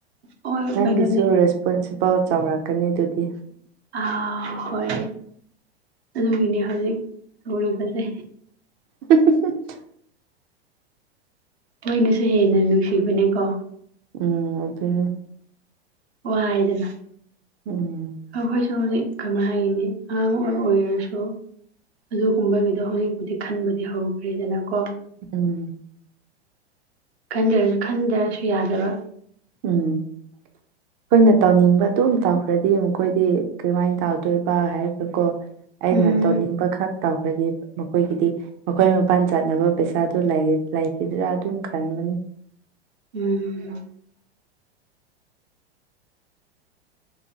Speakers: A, on the right (about 80°); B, on the right (about 35°).
A: ꯑꯩꯈꯣꯏ
B: ꯅꯪꯒꯤꯁꯨ
A: ꯀꯩꯅꯣꯅꯦ
B: ꯔꯦꯁꯄꯣꯟꯁꯤꯕꯜ ꯆꯥꯎꯔꯛꯀꯅꯤ ꯑꯗꯨꯗꯤ
A: ꯑꯥ ꯍꯣꯏ ꯑꯗꯨꯒꯤꯅꯦ ꯍꯧꯖꯤꯛ ꯂꯨꯔꯤꯕꯁꯦ
B: <unintelligible>
A: ꯈꯣꯏꯅꯁꯨ ꯍꯦꯟꯅ ꯅꯨꯡꯁꯤꯕꯅꯦꯀꯣ
B: ꯎꯝ ꯑꯗꯨꯅꯦ
A: ꯋꯥꯏꯗꯅ
B: ꯎꯝ
A: ꯑꯩꯈꯣꯏꯁꯨ ꯍꯧꯖꯤꯛ ꯀꯃꯥꯏꯅ ꯍꯥꯏꯒꯅꯤ ꯑꯃꯃꯥꯕꯨ ꯑꯣꯏꯔꯁꯨ ꯑꯗꯨꯒꯨꯝꯕꯒꯤꯗꯣ ꯍꯧꯖꯤꯛꯄꯨꯗꯤ ꯈꯟꯕꯗꯤ ꯍꯧꯈ꯭ꯔꯦꯗꯅꯀꯣ
B: ꯎꯝ
A: ꯈꯟꯗꯔꯁꯨ ꯈꯟꯗꯔꯁꯨ ꯌꯥꯗꯕ
B: ꯎꯝ ꯑꯩꯈꯣꯏꯅ ꯇꯧꯅꯤꯡꯕ ꯑꯗꯨꯝ ꯇꯧꯈ꯭ꯔꯗꯤ ꯃꯈꯣꯏꯗꯤ ꯀꯔꯝꯍꯥꯏꯅ ꯇꯧꯗꯣꯏꯕ ꯍꯥꯏꯔꯒꯀꯣ ꯑꯩꯅ
A: ꯎꯝ
B: ꯇꯧꯅꯤꯡꯕ ꯈꯛ ꯇꯧꯈ꯭ꯔꯗꯤ ꯃꯈꯣꯏꯒꯤꯗꯤ ꯃꯈꯣꯏ ꯃꯄꯥꯟ ꯆꯠꯅꯕ ꯄꯩꯁꯥꯗꯣ ꯂꯩ ꯂꯩꯈꯤꯗ꯭ꯔꯥ ꯑꯗꯨꯝ ꯈꯟꯕꯅꯤ
A: ꯎꯝ